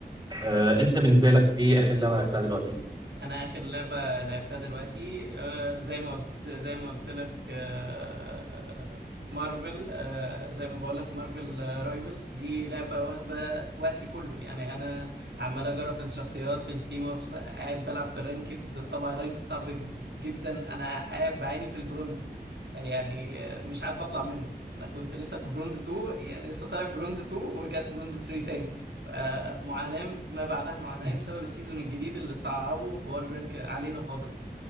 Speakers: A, on the right (about 25°); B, on the right (about 85°).
A: آه، انت بالنسبه لك ايه اخر لعبه لعبتها دلوقتي
B: انا اخر لعبه لعبتها دلوقتي آه، زي ما قلت زي ما قلت لك آه، مارفل آه، زي ما بقول لك مارفل رايفلز دي لعبه واخده وقتي كله يعني انا عمال اجرب في الشخصيات في التيم ابس قاعد بلعب في الرانكد طبعا الرانكد صعب جدا انا قاعد بعاني في البرونز <laughs> يعني آه، مش عارف اطلع منه انا كنت لسه في برونز 2 يعني لسه طالع برونز 2 ورجعت برونز 3 فمعاناة ما بعدها معاناة
A: <laughs>
B: بسبب السيزون الجديد اللي صعبوا حوار الرانك علينا خالص